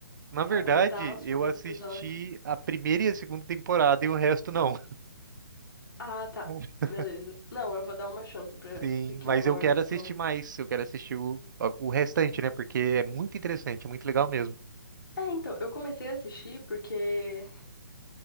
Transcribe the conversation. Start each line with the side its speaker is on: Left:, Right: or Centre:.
Right: Na verdade,
Left: aguentar os
Right: eu
Left: primeiros
Right: assisti
Left: episódios?
Right: a primeira e a segunda temporada e o resto não.
Left: Ah, tá.
Right: <laughs>
Left: Beleza. Não, eu vou dar uma chance pra
Right: Sim,
Left: Rick
Right: mas
Left: and Morty,
Right: eu quero
Left: então.
Right: assistir mais. Eu quero assistir o, o restante, né? Porque é muito interessante, é muito legal mesmo.
Left: É, então, eu comecei a assistir porque.